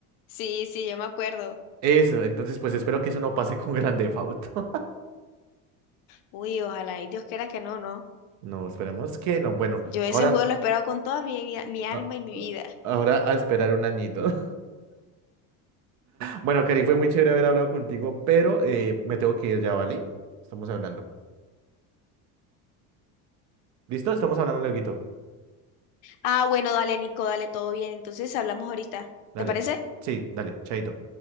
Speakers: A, on the left (about 85°); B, on the right (about 55°).
A: Sí, sí, yo me acuerdo.
B: Eso, entonces pues espero que eso no pase con Grand Theft Auto. <laughs>
A: Uy, ojalá, y Dios quiera que no, ¿no?
B: No, esperemos que no. Bueno,
A: Yo ese
B: ahora,
A: juego lo he esperado con toda mi vida- mi alma
B: a-
A: y mi vida.
B: ahora a esperar un añito. Bueno, Cari, fue muy chévere haber hablado contigo, pero eh, me tengo que ir ya, ¿vale? Estamos hablando. ¿Listo? Estamos hablando lueguito.
A: Ah, bueno, dale, Nico, dale, todo bien. Entonces hablamos ahorita.
B: Dale,
A: ¿Te parece?
B: ch- sí, dale, chaito.